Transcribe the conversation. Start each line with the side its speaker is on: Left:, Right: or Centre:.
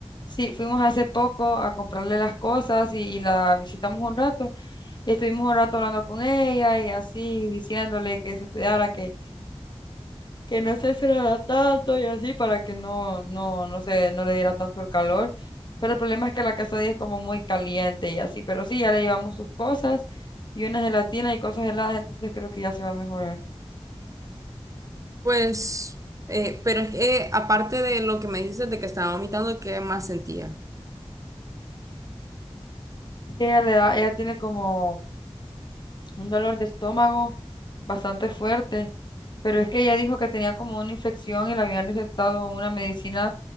Left: Sí, fuimos hace poco a comprarle las cosas y, y la visitamos un rato y estuvimos un rato hablando con ella y así diciéndole que se cuidara, que, que no se encerrara tanto y así para que no, no, no se, no le diera tanto el calor. Pero el problema es que la casa de ella es como muy caliente y así, pero sí, ya le llevamos sus cosas y una gelatina y cosas heladas, entonces creo que ya se va a mejorar.
Right: Pues, eh, pero es que eh, aparte de lo que me dijiste de que estaba vomitando, ¿qué más sentía?
Left: Ella le da, ella tiene como un dolor de estómago bastante fuerte, pero es que ella dijo que tenía como una infección y le habían recetado una medicina